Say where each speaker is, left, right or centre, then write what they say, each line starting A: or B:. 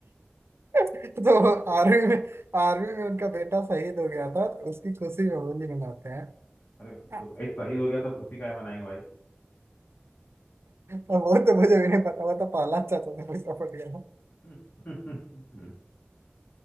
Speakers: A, on the right (about 85°); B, on the left (about 45°).
A: तो आर्मी में आर्मी में उनका बेटा शहीद हो गया था तो उसकी खुशी में होली मनाते हैं
B: अरे तो
A: <laughs>
B: भाई शहीद हो गया तो खुशी काहे मनाएंगे भाई
A: और वो तो मुझे भी नहीं पता वो तो प्रहलाद चाचा से पूछना पड़ेगा
B: <laughs>